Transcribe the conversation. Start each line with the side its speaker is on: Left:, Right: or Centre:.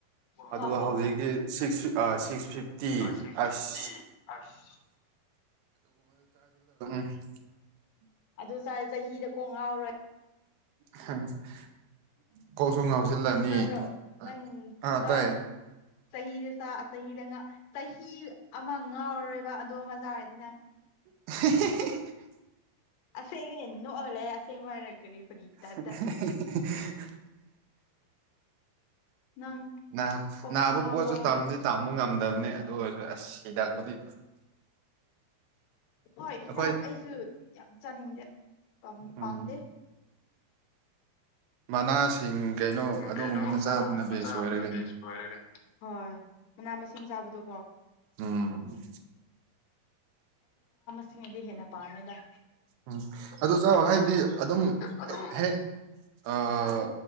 Right: ꯑꯗꯣ
Left: ꯍꯣꯏ ꯍꯣꯏ
Right: ꯍꯧꯖꯤꯛꯀꯤ
Left: ꯍꯣꯏ
Right: six ah six fifty
Left: six
Right: ꯑꯁ
Left: ꯐꯤꯐꯇꯤ ꯑꯁ
Right: <unintelligible>
Left: ꯑꯗꯨ ꯆꯥꯔ ꯆꯍꯤꯗ ꯀꯣꯛ ꯉꯥꯎꯔꯣꯏ
Right: <unintelligible> ꯀꯣꯛꯁꯨ ꯉꯥꯎꯁꯤꯜꯂꯅꯤ
Left: ꯇꯥꯕ꯭ꯔꯣ ꯅꯪ
Right: ꯑꯩ ꯑꯥ
Left: ꯆꯥꯔꯗꯤ
Right: ꯇꯥꯏꯌꯦ
Left: ꯆꯍꯤꯗ ꯆꯥ ꯑ ꯆꯍꯤꯗꯥ ꯉ ꯆꯍꯤ ꯑꯃ ꯉꯥꯎꯔꯔꯣꯏꯕ ꯑꯗꯣ ꯑꯃ ꯆꯥꯔꯗꯤ ꯅꯪ
Right: <unintelligible>
Left: ꯑꯁꯦꯡꯒꯤꯅꯦ ꯅꯣꯛꯑꯒꯥ ꯂꯩꯑꯦ ꯑꯁꯦꯡꯕ ꯍꯥꯏꯔ ꯀꯔꯤ ꯐꯥꯒꯤ
Right: <unintelligible>
Left: ꯇꯥꯏꯞꯇ ꯅꯪ
Right: ꯅꯥ
Left: ꯀꯣꯛ
Right: ꯅꯥꯕ
Left: ꯁꯨꯡꯉꯥꯎ
Right: ꯄꯣꯠꯁꯨ
Left: ꯉꯥꯎꯔꯣꯏ
Right: ꯇꯝꯅꯤ ꯇꯝꯕ ꯉꯝꯗꯝꯅꯦ ꯗꯨ ꯑꯣꯏꯁꯨ ꯑꯁ ꯍꯤꯗꯥꯛꯕꯨꯗꯤ
Left: ꯍꯣꯏ
Right: ꯑꯩꯈꯣꯏ
Left: ꯍꯤꯗꯥꯛ ꯑꯩꯁꯨ ꯌꯥꯝ ꯆꯥꯅꯤꯡꯗꯦ ꯄꯝ
Right: ꯎꯝ
Left: ꯄꯥꯝꯗꯦ
Right: ꯃꯅꯥꯁꯤꯡ ꯀꯩꯅꯣ
Left: ꯎꯝ
Right: ꯑꯗꯨꯒꯨꯝꯕꯅ
Left: ꯀꯩꯅꯣ
Right: ꯆꯥꯕꯅ
Left: ꯑꯗꯨꯒꯨꯝꯕꯅꯥ
Right: ꯕꯦꯁ
Left: ꯆꯕꯅꯥ
Right: ꯑꯣꯏꯔꯦ ꯀꯩꯅꯣ
Left: ꯕꯦꯁꯠ ꯑꯣꯏꯔꯦ ꯍꯣꯏ ꯃꯅꯥ ꯃꯁꯤꯡ ꯆꯕꯗꯣ
Right: ꯎꯝ
Left: ꯁꯤꯡꯅꯗꯤ ꯍꯦꯟꯅ ꯄꯥꯝꯃꯦꯗ
Right: ꯎꯝ ꯑꯗꯨ ꯆꯥꯎ ꯍꯥꯏꯗꯤ ꯑꯗꯨꯝ
Left: ꯑꯗꯨꯝ
Right: ꯍꯦꯛ ꯑꯥ